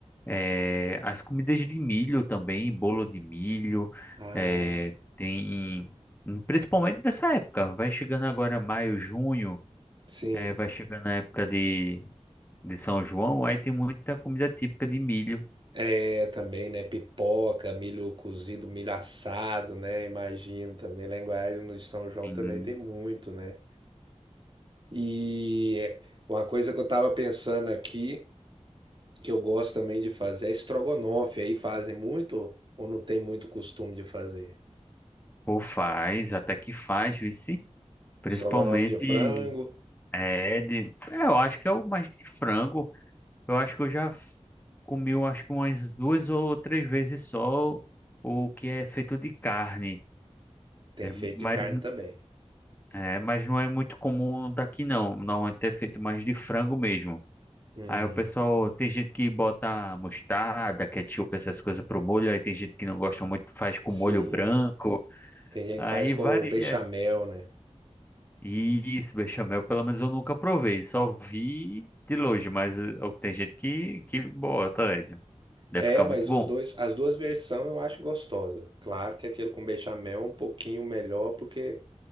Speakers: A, on the left; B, on the right.
A: eh, as comidas de milho também, bolo de milho,
B: Ah,
A: eh, tem hum, principalmente nessa época, vai chegando agora maio, junho,
B: sim.
A: eh, vai chegando a época de, de São João, aí tem muita comida típica de milho.
B: É, também, né? Pipoca, milho cozido, milho assado, né? Imagino também. Lá em Goiás, no de São João,
A: Hum,
B: também tem muito, né? E uma coisa que eu estava pensando aqui, que eu gosto também de fazer, é estrogonofe. Aí fazem muito ou não tem muito costume de fazer?
A: Ou faz, até que faz, vice. Principalmente
B: Estrogonofe de frango,
A: é de, é, eu acho que é o mais de frango. Eu acho que eu já f- comi, eu acho que umas duas ou três vezes só o que é feito de carne.
B: tem
A: né?
B: feito
A: Mas
B: de carne também.
A: É, mas não é muito comum daqui não. Normalmente é feito mais de frango mesmo.
B: Hum,
A: Aí o pessoal, tem gente que bota mostarda, ketchup, essas coisas pro molho. Aí tem gente que não gosta muito, faz com
B: sim.
A: molho branco.
B: Tem gente
A: Aí
B: que faz com
A: varia.
B: o bechamel, né?
A: Isso, bechamel, pelo menos eu nunca provei. Só vi de longe, mas eh, tem gente que, que bota, velho. Deve
B: É,
A: ficar
B: mas
A: muito bom.
B: os dois, as duas versões eu acho gostosa. Claro que aquele com bechamel é um pouquinho melhor porque